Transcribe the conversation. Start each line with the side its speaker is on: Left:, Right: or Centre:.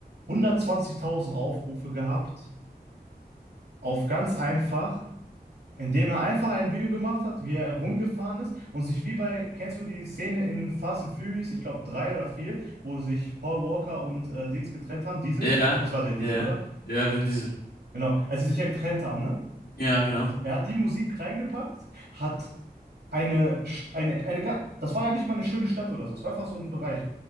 Right: 120.000 Aufrufe gehabt Auf ganz einfach, indem er einfach ein Video gemacht hat, wie er rumgefahren ist und sich wie bei, kennst du die Szene in Fast and Furious, ich glaube drei oder vier, wo sich Paul Walker und äh, Dings getrennt haben, Diesel?
Left: Ja,
Right: Ich glaube, es war der Diesel,
Left: ja.
Right: oder?
Left: Ja, Vin Diesel.
Right: Genau, als sie sich ja getrennt haben, ne?
Left: Ja, genau.
Right: Er hat die Musik reingepackt, hat eine, St- eine, eine, ga- das war ja nicht mal eine schöne Stadt oder so, es war einfach so ein Bereich.